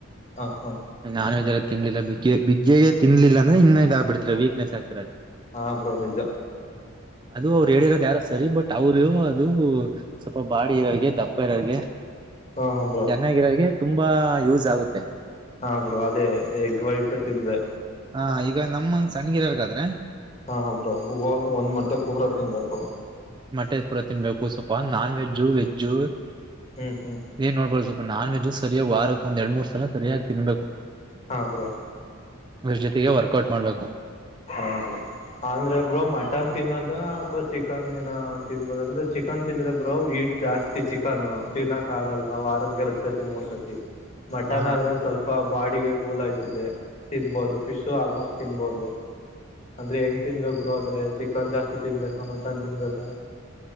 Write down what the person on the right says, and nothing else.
ನಾನ್ ವಜ್ ತಿನ್ಲಿಲ್ಲ ಬಿಗ್ಗೆ ಬಿಗ್ಗೆ ತಿನ್ನಲ್ಲಿಲ ಅಂದ್ರೆ ಇನ್ನ ಇದ ಆಗ್ಬಡ್ತೀರ ವೀಕ್ನೆಸ್ ಆಗ್
ಅದು ಅವ್ರು ಹೇಳಿರೋದು ಯಾರೋ ಸರಿ ಬಟ್ ಅವರು ಅದು ಸ್ವಲ್ಪ ಬಾಡಿ ಇರೋರ್ಗೆ ದಪ್ಪ ಇರೋರ್ಗೆ
ಚೆನ್ನಾಗಿರೋರಿಗೆ ತುಂಬಾ ಯೂಸ್ ಆಗುತ್ತೆ
ಹಾ ಈಗ ನಮ್ಮಂಗ ಸಣ್ಣಗಿರಾರ್ಗಾದ್ರೆ
ಮಟ್ಟೆ ಪೂರ ತಿನ್ಬೇಕು ಸ್ವಪ ನಾನ್ ವೆಜ್ಜು ವೆಜ್ಜು <inaudible>
ಏನ್ ನೋಡ್ಬೋದುಪ ನಾನ್ ವೆಜ್ ಸರಿಯ ವಾರಕ್ ಒಂದ ಎರಡ್ ಮೂರ್ ಸಲ ಸರಿಯಾಗಿ ತಿನ್ಬೇಕು
ಅವರ ಜೊತೆಗೆ ವರ್ಕೌಟ್ ಮಾಡ್ಬೇಕು
ಹ